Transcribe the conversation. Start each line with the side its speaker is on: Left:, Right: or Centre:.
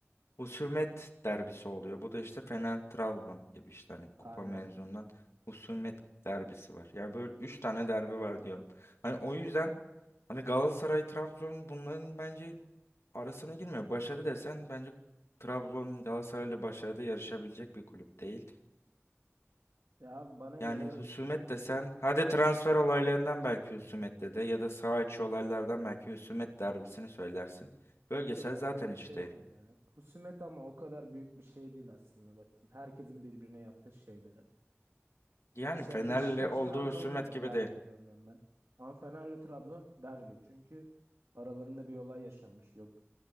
Left: Husumet derbisi oluyor. Bu da işte Fener Trabzon gibi işte hani
Right: Aynen.
Left: Kupa mevzundan husumet derbisi var. Ya böyle 3 tane derbi var diyorum. Hani o yüzden hani Galatasaray Trabzon bunların bence arasına girmiyor. Başarı desen bence Trabzon Galatasaray ile başarıda yarışabilecek bir kulüp değil.
Right: Ya abi bana
Left: Yani
Right: göre
Left: husumet desen hadi transfer olaylarından belki husumette de ya da saha içi olaylardan belki husumet derbisini söylersin. Bölgesel
Right: o kadar
Left: zaten
Right: da bir
Left: hiç
Right: şey
Left: değil.
Right: olmuyor ya. Husumet ama o kadar büyük bir şey değil aslında bakın. Herkesin birbirine yaptığı şeyleri.
Left: Yani
Right: Mesela
Left: Fener'le
Right: Beşiktaş
Left: olduğu
Right: Trabzon'la
Left: husumet gibi
Right: derbi
Left: değil.
Right: diyorum ben. ben. Ama Fener'le Trabzon derbi. Çünkü aralarında bir olay yaşanmış. Yok